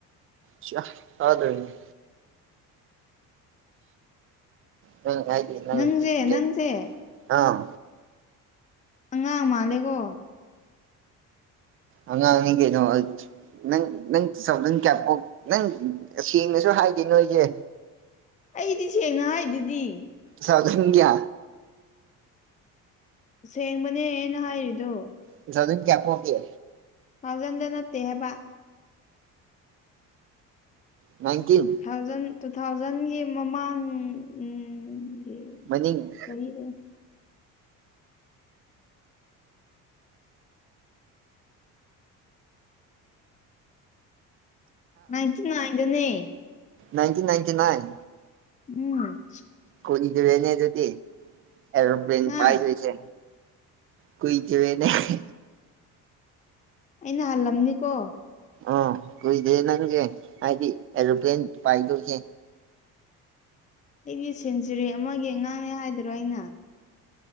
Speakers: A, on the right; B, on the left.
A: ꯁ꯭ꯌꯥ ꯇꯥꯗꯣꯢꯅꯤ ꯅꯪ ꯍꯥꯢꯗꯤ ꯅꯪ
B: ꯅꯪꯁꯦ
A: ꯢ ꯀꯦ
B: ꯅꯪꯁꯦ
A: ꯑꯥꯎ
B: ꯑꯉꯥꯡ ꯃꯥꯜꯂꯦꯀꯣ
A: ꯑꯉꯥꯡꯅꯤ ꯀꯩꯅꯣ ꯑꯆ ꯅꯪ ꯅꯪ ꯆꯥꯎꯗꯟ ꯀꯌꯥ ꯄꯣꯛ ꯅꯪ ꯁꯦꯡꯅꯁꯨ ꯍꯥꯏꯗꯦ ꯅꯣꯏꯖꯦ
B: ꯑꯩꯗꯤ ꯁꯦꯡꯅ ꯍꯥꯏꯗꯨꯗꯤ
A: ꯆꯥꯗꯨꯡꯌꯥ
B: ꯁꯦꯡꯕꯅꯦ ꯑꯩꯅ ꯍꯥꯏꯔꯤꯗꯨ
A: ꯇꯨ ꯊꯥꯎꯖꯟ ꯀꯌꯥ ꯄꯣꯛꯀꯦ
B: ꯊꯥꯎꯖꯟꯗ ꯅꯠꯇꯦ ꯍꯥꯏꯕ
A: ꯅꯥꯢꯟꯇꯤꯟ
B: ꯊꯥꯎꯖꯟ ꯇꯨ ꯊꯥꯎꯖꯟꯒꯤ ꯃꯃꯥꯡ ꯎꯪ ꯒꯤ
A: ꯃꯅꯤꯡ
B: ꯆꯍꯤꯗꯨ ꯅꯥꯢꯟꯇꯤꯟ ꯅꯥꯢꯟꯗꯅꯦ
A: ꯅꯥꯢꯟꯇꯤꯟ ꯅꯥꯏꯟꯇꯤ ꯅꯥꯏꯟ
B: ꯎꯝ
A: ꯀꯨꯢꯗꯔꯦꯅꯦ ꯑꯗꯨꯗꯤ ꯑꯦꯔꯣꯄ꯭ꯂꯦꯟ
B: ꯍꯥ
A: ꯄꯥꯏꯗꯣꯢꯖꯦ ꯀꯨꯏꯖꯔꯦꯅꯦꯍ
B: ꯑꯩꯅ ꯍꯜꯂꯝꯅꯤꯀꯣ
A: ꯑꯣ ꯀꯨꯏꯗ꯭ꯔꯦ ꯅꯪꯁꯦ ꯍꯥꯏꯗꯤ ꯑꯦꯔꯣꯄ꯭ꯂꯦꯟ ꯄꯥꯏꯗꯣꯏꯁꯦ
B: ꯑꯩꯗꯤ ꯁꯦꯟꯆꯨꯔꯤ ꯑꯃꯒꯤ ꯑꯉꯥꯡꯅꯦ ꯍꯥꯏꯗꯔꯣ ꯑꯩꯅ